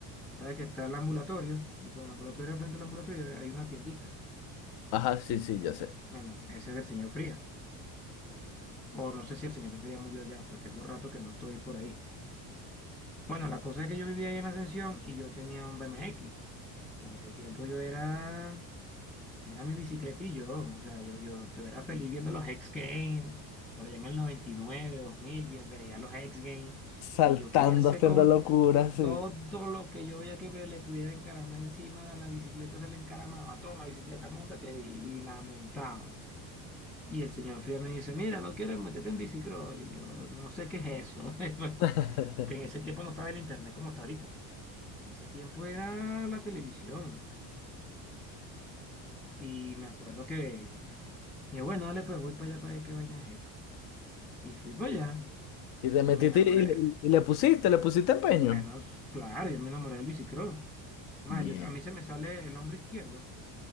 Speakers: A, in the centre; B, on the left.
A: Sabes que está el ambulatorio, y por el ambulatorio, al frente del ambulatorio, hay una tiendita.
B: Ajá, sí, sí, ya sé.
A: Bueno, ese es del señor Fría. O no sé si el señor Jesús ya murió ya, pues tengo rato que no estoy por ahí. Bueno, la cosa es que yo vivía ahí en Ascensión y yo tenía un BMX. En ese tiempo yo era, era mi bicicletillo, o sea, yo, yo, yo era feliz viendo los X Games, por allá en el 99, 2000, ve- veía los X Games
B: Saltando,
A: y yo quería hacer
B: haciendo
A: con
B: locuras, sí.
A: todo lo que yo veía que me- le pudiera encaramar encima de la bicicleta, se le encaramaba, toma bicicleta, montate y, y la montaba. Y el señor Fría me dice, mira, no quieres meterte en bicicross. Y yo no sé qué es eso,
B: <laughs>
A: <laughs> porque en ese tiempo no estaba el internet como está ahorita. pues. En ese tiempo era la televisión. Y me acuerdo que, y yo, bueno, dale, pues voy para allá para ver qué vaina es eso. Y fui para allá.
B: Y te
A: Y
B: metiste
A: me enamoré,
B: y le, y le pusiste,
A: me-
B: le pusiste empeño.
A: menos, claro, yo me enamoré del bicicross. Es más,
B: Bien.
A: yo, a mí se me sale el hombro izquierdo,